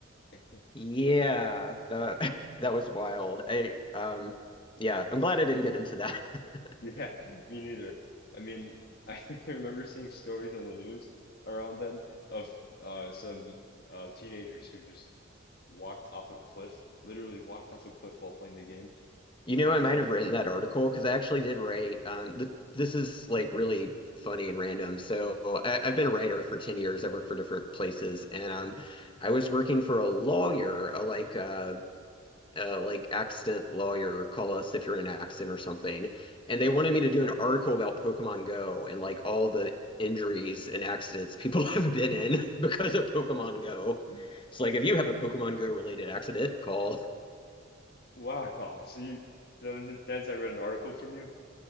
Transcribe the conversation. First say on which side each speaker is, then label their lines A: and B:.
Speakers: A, on the left; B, on the left.
A: <laughs>
B: Yeah, that <laughs> that was wild. I um yeah, I'm glad I didn't get into that.
A: Yeah,
B: <laughs>
A: me neither. I mean, I <laughs> remember seeing stories on the news around then of uh, some uh, teenagers who just walked off a cliff, literally walked off a cliff while playing the game.
B: You know, I might
A: <laughs>
B: have written that article because I actually did write. Um, th this is like really funny and random. So I, I've been a writer for 10 years. I work for different places, and um, I was working for a lawyer, a like uh, uh, like accident lawyer. Call us if you're in an accident or something. And they
A: oh
B: wanted
A: yeah.
B: me to do an article about Pokemon Go and like all the injuries and accidents people <laughs> have been in because of Pokemon Go.
A: <laughs>
B: It's like if you have a Pokemon Go related accident, call.
A: Wow. So you, so is it- that's I read an article from you?